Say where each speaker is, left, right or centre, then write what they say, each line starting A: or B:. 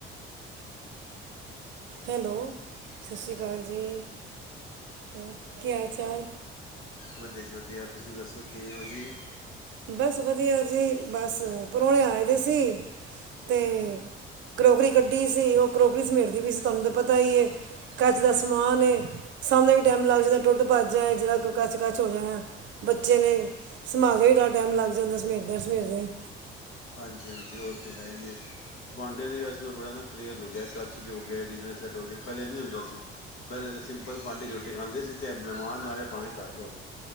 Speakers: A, on the left; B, on the right.
A: ਅੱਛਾ।
B: ਹੈਲੋ ਸਸ ਸ਼੍ਰੀ ਕਾਲ ਜੀ, ਹੋਰ ਕੀ ਹਾਲ-ਚਾਲ?
A: ਵਧੀਆ ਜੀ ਵਧੀਆ ਤੁਸੀਂ ਦੱਸੋ ਕਿਵੇਂ ਓ ਜੀ।
B: ਬਸ ਵਧੀਆ ਜੀ ਬਸ ਪ੍ਰੋਨੇ ਆਏ ਦੇ ਸੀ ਤੇ ਕਰੋਕਰੀ ਕੱਢੀ ਸੀ ਓ ਕਰੋਕਰੀ ਸਮੇਟਦੀ ਪੀ ਸੀ ਤੁਆਨੂੰ ਤੇ ਪਤਾ ਈ ਏ। ਕੱਚ ਦਾ ਸਮਾਨ ਏ ਸਾਹਮਣੇ ਵੀ ਟੈਮ ਲੱਗ ਜਾਂਦਾ ਟੁੱਟ-ਭੱਜ ਜਾਏ ਜਰਾ ਕ ਕੱਚ-ਕੱਚ ਹੋ ਜਾਣਾ ਬੱਚੇ ਨੇ ਸੰਭਾਲਦੇ ਵੀ ਬੜਾ ਟੈਮ ਲੱਗ ਜਾਂਦਾ ਸਮੇਟ ਦੇਆਂ-ਸਮੇਟ ਦੇਆਂ ਈ।
A: ਹਾਂਜੀ-ਹਾਂਜੀ ਓ ਤੇ ਹੈ ਈ ਏ। ਭਾਂਡੇ ਦੇ ਵੀ ਅੱਜ-ਕੱਲ੍ਹ ਬੜਾ ਨਾ ਕਰਰੇੇਜ ਹੋ ਗਿਆ ਕੱਚ ਦੇ ਹੋ ਗਏ ਡਿਨਰ ਸੈਟ ਹੋ ਗਏ ਪੈਲੇ ਨੀ ਹੁੰਦੇ ਸੀ। ਪੈਲੇ ਤੇ ਸਿੰਪਲ ਭਾਂਡੇ ਚ ਰੋਟੀ ਖਾਂਦੇ ਸੀ ਤੇ ਮਹਿਮਾਨ ਆਏ ਪਾਵੇਂ ਕੱਰ ਦਾ ਹੋਵੇ।